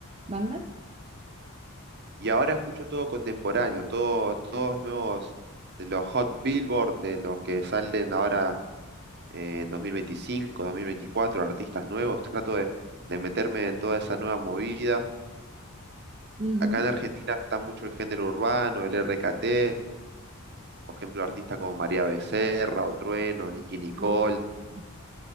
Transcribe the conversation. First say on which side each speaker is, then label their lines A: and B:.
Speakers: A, on the right; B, on the right.
A: banda?
B: Y ahora escucho todo contemporáneo, todo, todos nuevos, de los Hot Billboard, de los que salen ahora eh, en 2025, 2024 artistas nuevos. Trato de, de meterme en toda esa nueva movida.
A: Ujú.
B: Acá en Argentina está mucho el género urbano, el RKT, por ejemplo, artistas como María Becerra, o Trueno, Nicki Nicole,
A: Ah, sí.